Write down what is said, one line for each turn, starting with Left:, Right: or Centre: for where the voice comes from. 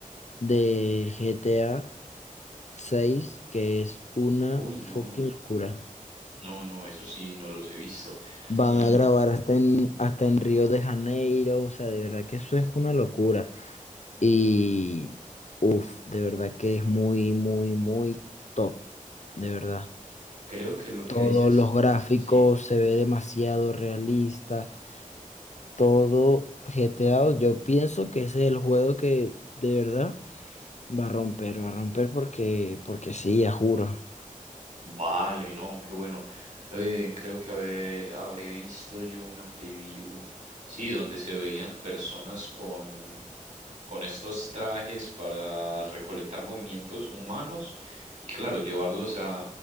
Left: de GTA seis que es una
Right: Uy, no.
Left: fucking locura.
Right: No, no, eso sí, no los he visto.
Left: Van
Right: Mm,
Left: a grabar hasta en, hasta en Río de Janeiro, o sea, de verdad que eso es una locura. Y, uff, de verdad que es muy, muy, muy top, de verdad.
Right: creo que lo que
Left: Todos
Right: dices,
Left: los gráficos
Right: sí.
Left: se ve demasiado realista, todo GTA, yo pienso que ese es el juego que de verdad va a romper, va a romper porque, porque sí, ya juro.
Right: Vale, no, qué bueno. Eh, creo que habe- habré visto yo una preview, sí, donde se veían personas con con estos trajes para recolectar movimientos humanos y claro, llevarlos a,